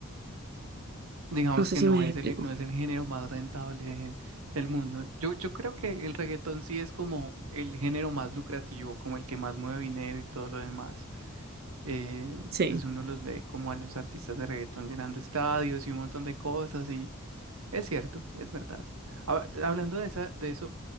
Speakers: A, on the right; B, on the right.
A: digamos
B: No sé
A: que
B: si
A: no
B: me
A: es
B: explico.
A: el, no es el género más rentable de- del mundo. Yo, yo creo que el reggaetón sí es como el género más lucrativo, como el que más mueve dinero y todo lo demás. Eh,
B: Sí.
A: pues uno los ve como a los artistas de reggaetón llenando estadios y un montón de cosas y es cierto, es verdad. Hab- Hablando de esa, de eso,